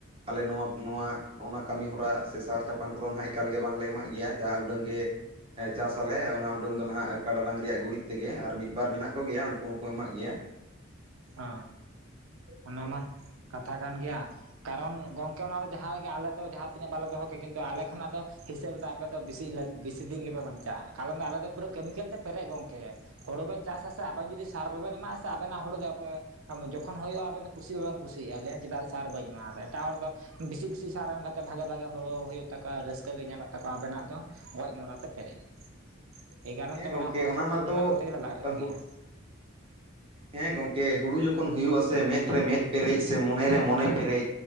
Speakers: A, on the right; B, on the right.
A: ᱟᱞᱮ ᱱᱚᱣᱟ ᱱᱚᱣᱟ ᱱᱚᱜᱼᱱᱟ ᱠᱟᱹᱢᱤᱦᱚᱨᱟ ᱥᱮ ᱥᱟᱨ ᱪᱟᱯᱟᱱ ᱠᱚᱫᱚ ᱦᱟᱜ ᱮᱠᱟᱞᱜᱮ ᱵᱟᱝᱞᱮ ᱮᱢᱟᱜ ᱜᱮᱭᱟ ᱡᱟ ᱩᱰᱟᱹᱝ ᱜᱮ ᱦᱮᱸ ᱪᱟᱥ ᱟᱞᱮ ᱚᱱᱟ ᱩᱰᱟᱹᱝ ᱫᱚ ᱱᱟᱦᱟᱜ ᱠᱟᱰᱟ ᱰᱟᱝᱤᱭᱟᱜ ᱜᱩᱨᱤᱡ ᱛᱮᱜᱮ ᱟᱨ ᱢᱤᱫ ᱵᱟᱨ ᱢᱮᱱᱟᱜ ᱠᱚᱜᱮᱭᱟ ᱩᱱᱠᱩ ᱦᱚᱸᱠᱚ ᱮᱢᱟᱜ ᱜᱮᱭᱟ
B: ᱚ ᱚᱱᱟ ᱢᱟ ᱠᱟᱛᱷᱟ ᱠᱟᱱ ᱜᱮᱭᱟ ᱠᱟᱨᱚᱱ ᱜᱚᱝᱠᱮ ᱚᱱᱟ ᱫᱚ ᱡᱟᱦᱟᱸ ᱨᱮᱜᱮ ᱟᱞᱮ ᱫᱚ ᱡᱟᱦᱟᱸᱛᱤᱱᱟᱹᱜ ᱵᱟᱞᱮ ᱫᱚᱦᱚ ᱠᱮᱭᱟ ᱠᱤᱱᱛᱩ ᱟᱞᱮ ᱠᱷᱚᱱᱟᱜ ᱫᱚ ᱦᱤᱥᱟᱹᱵ ᱫᱚ ᱟᱯᱮ ᱫᱚ ᱵᱤᱥᱤ ᱵᱮᱥᱤ ᱫᱤᱱ ᱜᱮᱯᱮ ᱵᱟᱧᱪᱟᱜᱼᱟ ᱠᱟᱨᱚᱱ ᱫᱚ ᱟᱞᱮ ᱫᱚ ᱯᱩᱨᱟᱹ ᱠᱮᱢᱤᱠᱮᱞ ᱛᱮ ᱯᱮᱨᱮᱡ ᱜᱚᱝᱠᱮ᱾ ᱦᱳᱲᱳ ᱵᱮᱱ ᱪᱟᱥᱟ ᱥᱮ ᱟᱵᱮᱱ ᱡᱩᱫᱤ ᱥᱟᱨ ᱵᱟᱵᱮᱱ ᱮᱢᱟᱜᱼᱟ ᱥᱮ ᱟᱵᱮᱱᱟᱜ ᱦᱳᱲᱳ ᱫᱚ ᱯᱮ ᱟᱢᱫᱚ ᱡᱚᱠᱷᱚᱱ ᱦᱩᱭᱩᱜᱼᱟ ᱟᱵᱮᱱ ᱫᱚ ᱠᱩᱥᱤ ᱦᱚ ᱵᱟᱵᱮᱱ ᱠᱩᱥᱤᱭᱟᱜᱼᱟ ᱞᱟᱹᱭᱟᱢ ᱪᱮᱫᱟᱜ ᱪᱚ ᱥᱟᱨ ᱵᱟᱹᱧ ᱮᱢᱟᱣᱟᱫᱟ ᱮᱴᱟᱜ ᱦᱚᱲ ᱫᱚ ᱵᱮᱥᱤ ᱵᱮᱥᱤ ᱥᱟᱨ ᱮᱢ ᱠᱟᱛᱮ ᱵᱷᱟᱜᱮ ᱵᱷᱟᱜᱮ ᱦᱳᱲᱳ ᱦᱳᱭᱳᱜ ᱛᱟᱠᱚᱣᱟ ᱨᱟᱹᱥᱠᱟᱹ ᱜᱮ ᱧᱮᱞᱚᱜ ᱛᱟᱠᱚᱣᱟ ᱟᱵᱮᱱᱟᱜ ᱫᱚ ᱜᱚᱡ ᱢᱚᱨᱟ ᱛᱮ ᱯᱮᱨᱮᱡ ᱮᱭ ᱠᱟᱨᱚᱱ
A: ᱦᱮᱸ
B: ᱛᱮ
A: ᱜᱚᱢᱠᱮ
B: ᱢᱟᱱᱮ ᱦᱚᱲ
A: ᱚᱱᱟ
B: ᱥᱟᱶ ᱛᱩᱞᱚᱱᱟ
A: ᱢᱟᱛᱚ
B: ᱠᱚᱛᱮ ᱜᱮᱞᱮ ᱞᱟᱜᱟᱜ
A: <inaudible>
B: ᱜᱮᱭᱟ
A: ᱦᱮᱸ ᱜᱚᱝᱠᱮ ᱦᱩᱲᱩ ᱡᱚᱠᱷᱚᱱ ᱦᱩᱭᱩᱜᱼᱟᱥᱮ ᱢᱮᱫ ᱨᱮ ᱢᱮᱫ ᱯᱮᱨᱮᱡ ᱥᱮ ᱢᱚᱱᱮ ᱨᱮ ᱢᱚᱱᱮ ᱯᱮᱨᱮᱡ